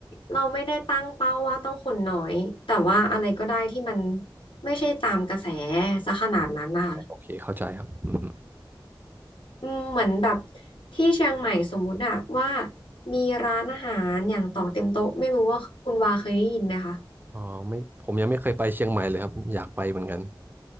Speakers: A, on the left; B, on the right.
A: เราไม่ได้ตั้งเป้าว่าต้องคนน้อย แต่ว่าอะไรก็ได้ที่มันไม่ใช่ตามกระแสซะขนาดนั้นนะ
B: โอเคเข้าใจครับอืม
A: อืมเหมือนแบบที่เชียงใหม่สมมุติอะว่ามีร้านอาหารอย่างต่องเต็มโต๊ะไม่รู้ว่าคุณวาเคยได้ยินไหมคะ
B: อ๋อไม่ผมยังไม่เคยไปเชียงใหม่เลยครับอยากไปเหมือนกัน